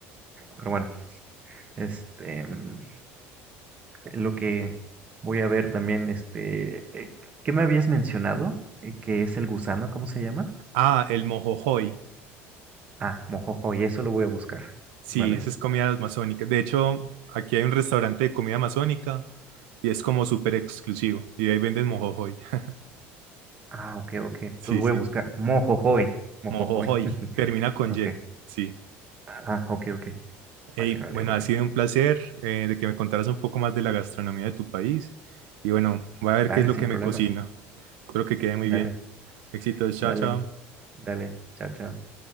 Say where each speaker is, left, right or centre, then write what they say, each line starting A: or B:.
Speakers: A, on the right; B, on the right.
A: pero bueno, este, mm, lo que voy a ver también, este, eh, ¿qué me habías mencionado? Eh, ¿Qué es el gusano? ¿Cómo se llama?
B: Ah, el mojojoy.
A: Ah, mojojoy, eso lo voy a buscar,
B: Sí,
A: ¿vale?
B: esa es comida amazónica. De hecho, aquí hay un restaurante de comida amazónica y es como súper exclusivo. Y ahí venden mojojoy. <laughs>
A: Ah, ok, ok.
B: Sí,
A: Los voy
B: sí.
A: a buscar. Mojojoy, mojojoy.
B: Mojojoy.
A: <laughs>
B: Termina con
A: Ok.
B: Y. Sí.
A: Ah, ok, ok. Vale,
B: Hey,
A: vale,
B: bueno,
A: vale.
B: ha sido un placer eh, de que me contaras un poco más de la gastronomía de tu país. Y bueno, voy a ver
A: Dale,
B: qué es lo
A: sin
B: que
A: problemas.
B: me cocina. Espero que quede muy
A: Dale,
B: bien. Éxitos.
A: dale,
B: Chao, chao.
A: dale. Chao, chao.